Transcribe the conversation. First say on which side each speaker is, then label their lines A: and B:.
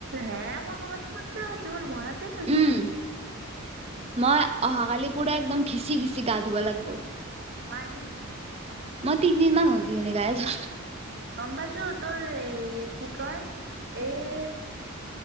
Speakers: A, on the right (about 50°); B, on the right (about 30°).
A: হে মই ক'বাত খুন্দা খাইছো মোৰ মৰা তেজ উঠছি।
B: উম মই অহাকালি পুৰা একদম ঘিচি ঘিচি গা ধুব লাগিব।
A: মই আজি ধুইছোঁ।
B: মই তিনিদিন মান হ'ল কিজানি গায়ে ধোৱা নাই।
A: গম পাইছো, তোৰ এই কি কয় এ